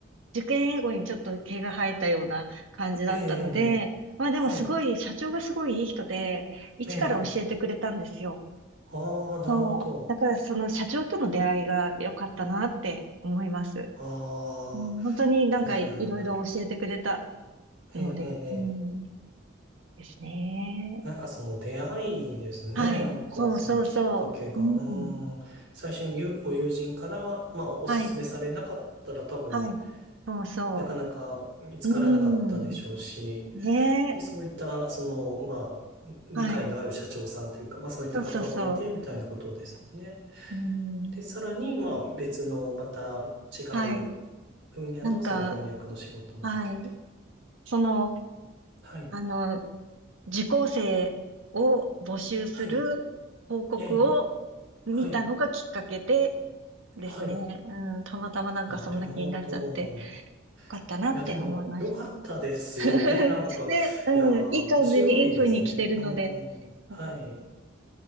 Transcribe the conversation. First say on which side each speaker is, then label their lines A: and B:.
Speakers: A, on the right; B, on the right.
A: 受験英語にちょっと毛が生えたような感じだったので、
B: ええ、ええ、ええはい。
A: まあでもすごい、社長がすごいいい人で、一から教えてくれたんですよ。
B: ええ、ええああ、なるほど。
A: そう。だからその社長との出会いが良かったなって思います。
B: ああ、
A: うん、本当になんかいろいろ教えてくれた
B: いや、なるほど。ええ、
A: ので、
B: ええ、
A: うん、
B: え
A: ですね。
B: なんかその出会いですね。
A: はい。
B: なんかそのきっかけが。
A: そうそうそう。うん。
B: うーん。最初にゆご友人から、まあおすすめされなかったら多分
A: はい。はい。そうそ
B: なかなか見つからなかったでしょうし、
A: う。うん。ねえ。
B: で、そういったその、まあ理解のある社長さんというか、
A: はい。
B: まあそういった方もいてみたいなことですもんね。
A: そうそうそう。うん。
B: で、さらにまあ別のまた違う
A: はい。
B: 分野のその翻訳の仕事もできて。
A: なんか、はい。その、
B: はい。
A: あの、受講生を募集する広告を
B: はい。ええ。
A: 見たのがきっかけで
B: はい。
A: ですね。
B: はい。
A: うん、たまたまなんかそんな気になっちゃって、
B: なるほど。
A: よかったなって思います。
B: いや、でも、良かったですよね。
A: <laughs>
B: <laughs> なんか、
A: で、うん、
B: いやー、
A: いい感じに、
B: 面白いですね。
A: いい風に来てるので、
B: うん。はい。
A: よかった。